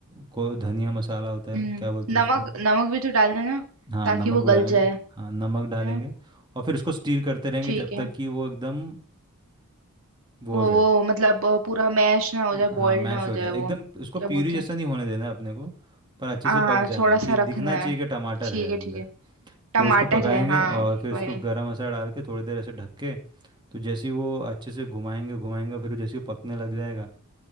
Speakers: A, on the right (about 20°); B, on the right (about 65°).
A: को धनिया मसाला होता
B: हम्म
A: है क्या बोलते हैं
B: नमक
A: उसको
B: नमक भी तो डालना है ना
A: हाँ
B: ताकि
A: नमक
B: वो
A: भी डालेंगे
B: गल जाए
A: हाँ नमक
B: है
A: डालेंगे
B: ना
A: और फिर उसको स्टीर करते रहेंगे
B: ठीक
A: जब
B: है
A: तक कि वो एकदम वो
B: वो
A: हो जाए
B: वो मतलब अ, पूरा मैश ना हो जाए
A: हाँ
B: बॉइल्ड
A: मैश
B: ना हो
A: हो
B: जाए
A: जाए
B: वो
A: एकदम उसको
B: क्या
A: प्यूरी
B: बोलते
A: जैसा
B: हैं
A: नहीं होने देना है अपने को पर अच्छे
B: आ
A: से पक जाना
B: थोड़ा
A: है कि
B: सा
A: दिखना
B: रखना
A: चाहिए
B: है
A: कि टमाटर
B: ठीक
A: है
B: है
A: अंदर
B: ठीक है टमाटर
A: फिर उसको पकाएंगे
B: है हाँ
A: और फिर उसको
B: वही
A: गरम मसाला डाल के थोड़ी देर ऐसे ढक के तो जैसे ही वो अच्छे से घुमाएंगे घुमाएंगे फिर जैसे ही पकने लग जाएगा